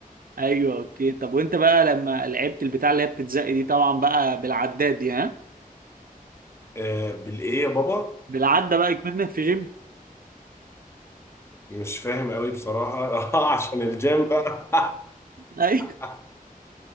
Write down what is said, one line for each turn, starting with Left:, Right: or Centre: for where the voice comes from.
Right: ايوه اوكي طب وانت بقى لما لعبت البتاع اللي هي بتتزق دي طبعا بقى بالعداد دي ها
Left: آه بالايه يا بابا
Right: بالعدة بقى كمان في جيم
Left: مش فاهم قوي بصراحه <laughs> اه عشان الجيم بقى
Right: ايوه
Left: <laughs>